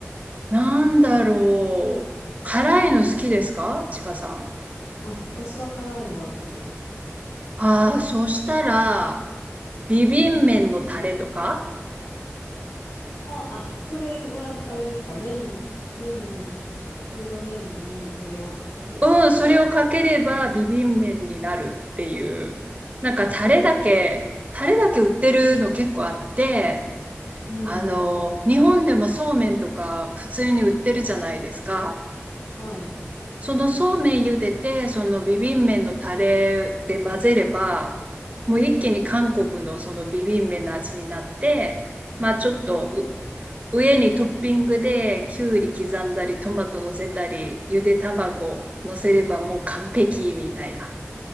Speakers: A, on the right (about 30°); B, on the left (about 80°).
A: なんだろう。辛いの好きですかちかさん。
B: あ、私は辛いのは好きです。
A: ああ、そしたら、ビビン麺のタレとか
B: あ、あ、それはあれですか、麺、麺、普通の麺にそれをかけたら、
A: うん、それをかければビビン麺になるっていう。なんかタレだけ、
B: えー、
A: タレだけ売ってるの結構あって、
B: うんうん、
A: あの、日本でもそうめんとか普通に売ってるじゃないですか。
B: はい。
A: そのそうめん茹でて、そのビビン麺のタレで混ぜれば、もう一気に韓国のそのビビン麺の味になって、まあちょっとう
B: えー、
A: 上にトッピングできゅうり刻んだり、トマト乗せたり、ゆで卵乗せればもう完璧みたいな。